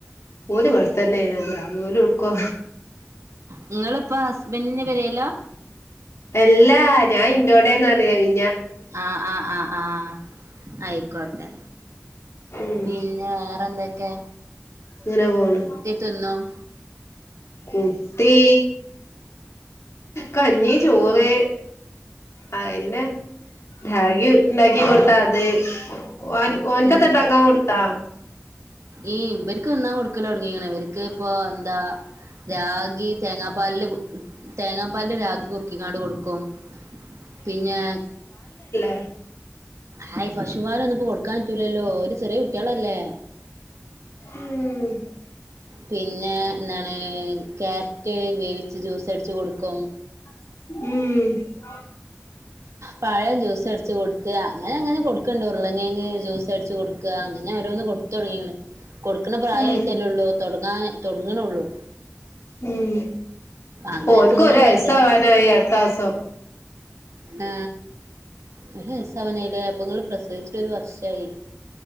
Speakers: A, on the left (about 70°); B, on the right (about 80°).
A: ഓല് ഇവടെ തന്നെയായിരുന്നല്ലോ ഓല് ടുക്കോ
B: നിങ്ങളിപ്പോൊ ഹസ്ബൻഡന്റെ പെരിലാ
A: എല്ലാ ഞാൻ ഇൻറോടെന്ന് അറിഞ്ഞിലെ
B: ആഹ ആഹ് ആഹ് ആഹ ആയിക്കോട്ടെ
A: ഉം
B: പിന്നെ വേറെ എന്തൊക്കെ
A: അങ്ങനെ പോണ്
B: തിന്നും
A: കുട്ടീ കഞ്ഞി ചോറ് ആ തന്നെ രാഗി ഉണ്ടാക്കി കൊടുത്ത അത് ഓൻ ഓനിക്കത്തെട്ടാക്കാൻ
B: ഉം
A: കൊടുത്താ
B: ഈ പനിക്ക് തിന്നാൻ കൊടുക്കൽ തുടങ്ങിക്കണ് ഇവൻക്ക് ഇപ്പ എന്താ രാഗി തേങ്ങാപ്പാലില് തേങ്ങാപ്പാലില് രാഗി കുറുക്കിക്കാട് കൊടുക്കും പിന്നെ
A: ആ
B: ഹായ് പശുപാല്ഒന്ന ഇപ്പോൊ കൊടുക്കാൻ പറ്റൂല്ലല്ലോ ഒരു ചെറിയ കുട്ടികളല്ലേ
A: ഉം
B: പിന്നെ എന്താണ് ക്കെ ക വേവിച്ച് ജ്യൂസടിച്ച് കൊടുക്കും
A: ഉം
B: പഴം ജ്യൂസ് അടച്ച് കൊടുത്ത് അങ്ങനെ അങ്ങനെ കൊടുക്കണ്ടൂർ ള്ള ' കിഴങ്ങ ജ്യൂസ് അടിച്ചു കൊടു അങ്ങനെ ഓരോന്ന് കൊടുത്ത് തുടങ്ങിയാണ് കൊടുക്കുന്ന പ്രായം
A: ഉം
B: ആയിട്ടല്ലേ ഉള്ളൂ തുടങ്ങാ തുടങ്ങണള്ളൂ
A: ഉം
B: അങ്ങനെ
A: ഓൻ
B: തിന്നൊന്നുല്ല
A: ക്കര യസവാനായി അടുത്തസം
B: ആ ഒരു വയസവനയില്ല അപ്പോ പ്രസവിച്ചിട്ട ഒരു വർഷായി